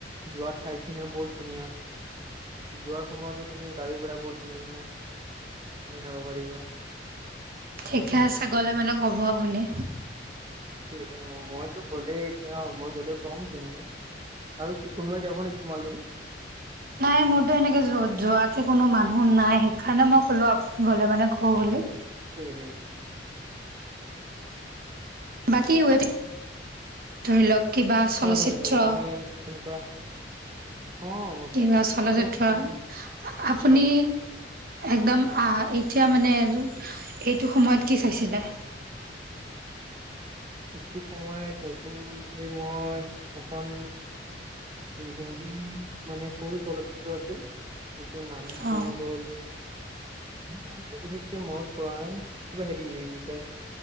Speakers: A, on the right; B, on the right.
A: যোৱা ঠাইখিনিও বহুত ধুনীয়া যোৱাৰ সময়তো তুমি গাড়ী ঘোড়া বহুত ধুনীয়া ধুনীয়া এ, খাব পাৰিবা।
B: ঠিকে আছে। গ'লে মানে অব শুনি
A: ঠিক আছে। অ' মইতো গ'লেই এতিয়া মই গ'লে কম তেনেকুৱা আৰু কোনোৱবাই যাব নেকি তোমাৰ লগত
B: নাই মোৰতো সেনেকে য যোৱ। কোনো মানুহ নাই। সেইকাৰণে মই ক'লো আপুনি গ'লে মানে কো বুলি
A: ঠিক আছে। ঠিক আছে।
B: বাকী ৱেব ধৰি লওক কিবা
A: হয়
B: চলচ্চিত্ৰ
A: হয় হয় মই তেনেকুৱা অ মই
B: কিবা চলচিত্ৰ
A: মোৰ মোৰ চবতকে প্ৰিয়
B: আপুনি
A: হয়।
B: একদম আহ', এতিয়া মানে এইটো সময়ত কি চাইছিলে।
A: ইটো সময়ত নতুনকে মই এখন সেই হিন্দী মানে সৰু চলচিত্ৰ আছিল। এইটো নামটো
B: অ
A: হ'ল আমতো বিশেষকে মনত পৰা নাই। কিবা হেৰি এই কি কাই